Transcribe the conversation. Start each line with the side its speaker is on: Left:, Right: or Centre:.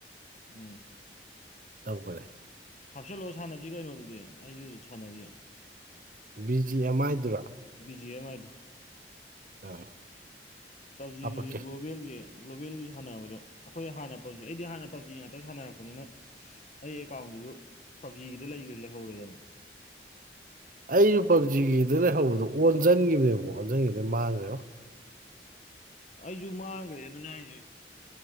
Left: ꯎꯝ
Right: ꯇꯧꯕꯅꯦ
Left: ꯍꯥꯞꯆꯜꯂꯣ ꯁꯥꯟꯅꯖꯤ ꯀꯩꯅꯣ ꯑꯗꯨꯗꯤ ꯑꯩꯁꯨ ꯁꯥꯟꯅꯔꯤ
Right: ꯕꯤ ꯖꯤ ꯑꯦꯝ ꯑꯥꯏꯗꯨꯔꯥ
Left: ꯕꯤ ꯖꯤ ꯑꯦꯝ ꯑꯥꯏ ꯗꯨ
Right: ꯑꯥ
Left: ꯄꯞꯖꯤꯗꯨꯗꯤ
Right: ꯍꯥꯄꯛꯀꯦ
Left: ꯒ꯭ꯂꯣꯕꯦꯜꯒꯤ ꯒ꯭ꯂꯣꯕꯦꯜꯒꯤ ꯁꯥꯟꯅꯕꯗꯣ ꯑꯩꯈꯣꯏ ꯍꯥꯟꯅ ꯄꯞꯖꯤ ꯑꯩꯗꯤ ꯍꯥꯟꯅ ꯄꯞꯖꯤ ꯉꯥꯛꯇ ꯁꯥꯟꯅꯔꯛꯄꯅꯤꯅ ꯑꯩ ꯑꯦꯀꯥꯎꯟꯗꯨꯖꯨ ꯄꯞꯖꯤꯒꯤꯗ ꯂꯩꯈ꯭ꯔꯦ ꯂꯩꯍꯧꯔꯦꯗꯅ
Right: ꯑꯩꯖꯨ ꯄꯞꯖꯤꯒꯤꯗ ꯂꯩꯍꯧꯕꯗꯣ ꯑꯣꯟꯖꯟꯒꯤꯕꯅꯦꯕꯀꯣ ꯑꯣꯟꯖꯟꯒꯤꯕꯗꯩ ꯃꯥꯡꯒꯔꯦꯉꯣ
Left: ꯑꯩꯖꯨ ꯃꯥꯡꯒ꯭ꯔꯦ ꯑꯗꯨꯅꯦ ꯍꯥꯏꯖꯦ